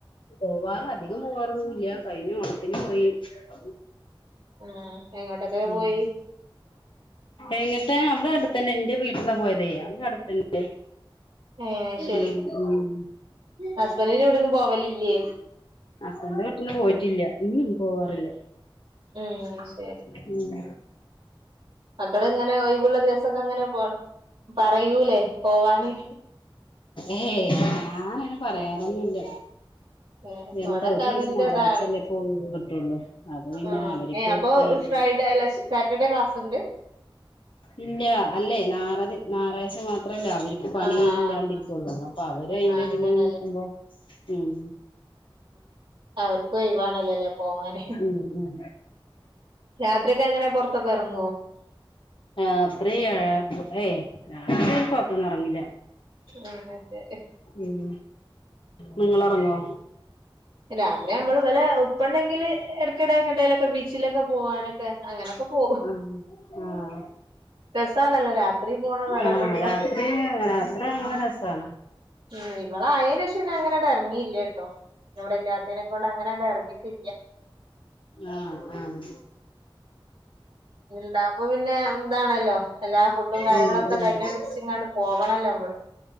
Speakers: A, on the left (about 65°); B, on the right (about 80°).
A: പോവാറ് അധികം പോവാറൊന്നുംഇല്ല കഴിഞ്ഞ ഓണത്തിന് പോയി അതു.
B: ആഹ് എങ്ങോട്ടൊക്കെ
A: ഉം.
B: പോയി
A: എങ്ങിട്ട് അവിടെ അടുത്തന്നെ എന്റെ വീട്ടിന്നാ പോയതെ അവിടെ അടുത്തന്നെ.
B: ഏഹ് അത് ശെരി
A: ഉം ഉം
B: ഹസ്ബന്റിന്റെ ഇവിടന്ന് പോവലില്ലേ.
A: ഹസ്ബന്റിന്റെ വീട്ടിന്ന് പോയിട്ടില്ല ഉം പോവാറില്ല.
B: ഉം ശരി
A: ഉം.
B: മക്കള് ഇങ്ങനെ ഒഴിവുള്ള ദിവസൊക്കെ അങ്ങനെ പോ പറയൂലേ പോവാന്.
A: ഏയ് ഞാൻ അങ്ങനെ പറയാറൊന്നുമില്ല.
B: <inaudible>
A: എന്താ
B: ഇവിടൊക്കെ
A: ഒരു ദിവസം
B: അതിന്റെതാണ്
A: ഞായറാഴ്ചയല്ലേ ഇപ്പം ഒഴിവ് കിട്ടുള്ളൂ അത് പിന്നെ
B: ആഹ്
A: അവര്ക്ക്
B: ഏഹ് അപ്പൊ
A: ചെയ്യ
B: ഫ്രൈഡേ അല്ല സാറ്റർഡേ ക്ലാസ് ഉണ്ട്
A: ഇല്ല അല്ലേ നാറത്. ഞായറാഴ്ച മാത്രമല്ലേ അവർക്ക് പണി
B: ആഹ്
A: ഇല്ലാ
B: ആഹ്
A: ട്ടൊള്ളു അപ്പൊ അവര് അയിന്റെ
B: അങ്ങനെല്ലേ
A: ഇതിൽ ഇങ്ങനെ നിക്കുമ്പം ഉം
B: ഉ <inaudible> അവർക്ക് ഒഴിവാണല്ലോല്ലേ പോവാന്
A: ഉം ഉം
B: രാത്രിയൊക്കെ എങ്ങനെ പൊറത്തൊക്കെ ഇറങ്ങുവോ <unintelligible> <unintelligible>
A: ആഹ് രാത്രി ഏയ് രാത്രിയായ പൊറത്തൊന്നും ഇറങ്ങില്ല
B: ആഹ് ശരി
A: ഉം നിങ്ങള് ഇറങ്ങോ
B: രാത്രി നമ്മള് ഇവലെ ഉപ്പ ഉണ്ടെങ്കില് ഇടയ്ക്കിടെ എങ്ങോട്ടേലുമൊക്കെ ബീച്ചിലൊക്കെ പോവാനൊക്കെ അങ്ങനൊക്കെ പോവും
A: ആഹ് ആഹ്
B: രസാണല്ലോ രാത്രി പോണ വേറെ
A: ആഹ്
B: രസാ
A: രാത്രി <unintelligible> രസാണ്
B: ഉം ഇവള ആയേല് ഷം ണ അങ്ങനെ ഇട എറങ്ങിയില്ലേ ട്ടോ. ഇവിടെൻ്റൊ അതിനെക്കൊണ്ട് അങ്ങനണ്ട് എറങ്ങിട്ടില്ല
A: ആഹ് ആഹ്
B: ഇണ്ടാപ് പിന്നെ ഇന്താണല്ലോ എല്ലാ ഫുഡും കാര്യങ്ങളും
A: ഉം
B: ഒക്ക
A: ഉം
B: കയിമെ പിടിച്ച്ങ്ങാണ്ട് പോകണല്ലോ കൂടെ